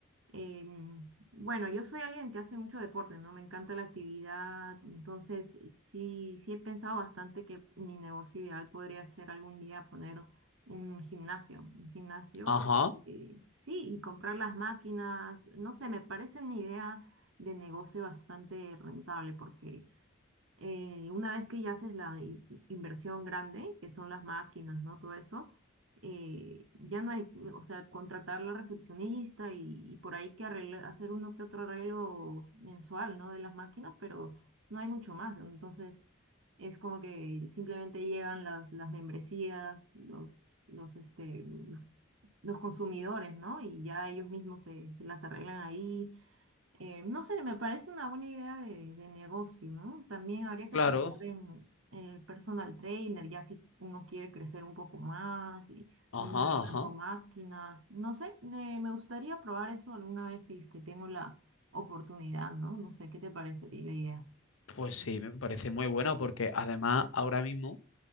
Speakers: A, on the right (about 65°); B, on the left (about 75°).
A: em, bueno, yo soy alguien que hace mucho deporte, ¿no? Me encanta la actividad, entonces sí, sí he pensado bastante que mi negocio ideal podría ser algún día poner un gimnasio, un gimnasio,
B: Ajá,
A: eh, sí, y comprar las máquinas, no sé, me parece una idea de negocio bastante rentable porque eh, una vez que ya haces la in- inversión grande, que son las máquinas, ¿no? Todo eso, eh, ya no hay, o sea, contratar la recepcionista y, y por ahí que arregla- hacer uno que otro arreglo mensual, ¿no? De las máquinas, pero no hay mucho más. Entonces, es como que simplemente llegan las, las membresías, los, los, este, los consumidores, ¿no? Y ya ellos mismos se, se las arreglan ahí eh, no sé, me parece una buena idea de, de negocio, ¿no? También habría que
B: claro.
A: pensar en, en el personal trainer, ya si uno quiere crecer un poco más y
B: Ajá,
A: ir agregando
B: ajá.
A: máquinas. No sé, me me gustaría probar eso alguna vez si es que tengo la oportunidad, ¿no? No sé, ¿qué te parece a ti la idea?
B: Pues sí, me parece muy bueno porque además ahora mismo